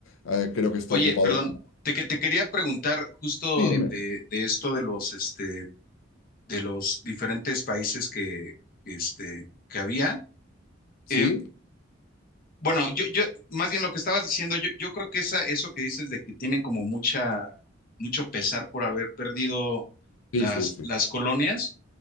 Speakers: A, on the left (about 75°); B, on the left (about 45°).
A: eh, creo que está
B: Oye,
A: ocupado
B: perdón,
A: por...
B: te, que- te quería preguntar justo
A: Sí, dime.
B: de, de esto de los, este, de los diferentes países que, que, este, que había.
A: Sí,
B: Eh, Bueno, yo, yo, más bien lo que estabas diciendo, yo, yo creo que esa, eso que dices de que tienen como mucha, mucho pesar por haber perdido las,
A: sí, sí, sí.
B: las colonias.